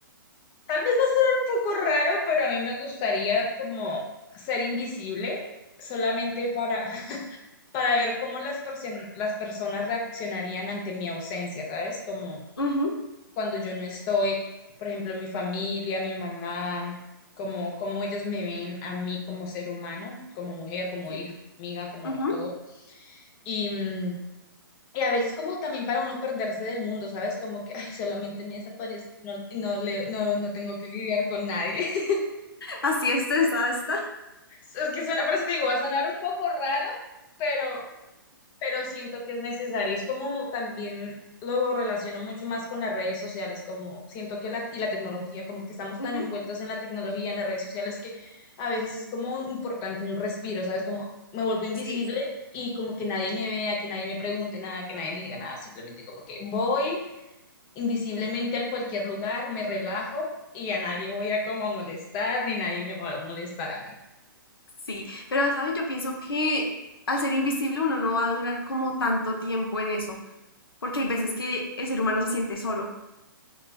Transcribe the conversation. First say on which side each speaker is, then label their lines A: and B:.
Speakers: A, on the left; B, on the left.
A: Tal vez va a ser un poco raro, pero a mí me gustaría como ser invisible solamente para, <laughs> para ver cómo las, perso- las personas reaccionarían ante mi ausencia, ¿sabes? Como
B: Ujú,
A: cuando yo no estoy, por ejemplo, mi familia, mi mamá, como, cómo ellos me ven a mí como ser humano, como mujer, como
B: Sí.
A: hija, como amiga, como
B: ujú.
A: todo. Y, mm, Y a veces como también para uno perderse del mundo, ¿sabes? Como que, ay, solamente me desaparezco, no, y no, le, no, no tengo que lidiar con nadie. <laughs>
B: Así estresada está.
A: Es que suena, por eso te digo, va a sonar un poco raro, pero, pero siento que es necesario. Es como también lo relaciono mucho más con las redes sociales, como siento que la, y la tecnología, como que estamos
B: Ujú.
A: tan envueltos en la tecnología, en las redes sociales, que a veces es como importante un respiro, ¿sabes? Como me vuelvo invisible
B: Sí.
A: y como que nadie me vea, que nadie me pregunte nada, que nadie me diga nada, simplemente como que voy invisiblemente a cualquier lugar, me relajo y a nadie voy a como a molestar, ni nadie me va a molestar a mí.
B: Sí, pero sabes, yo pienso que al ser invisible uno no va a durar como tanto tiempo en eso, porque hay veces que el ser humano se siente solo.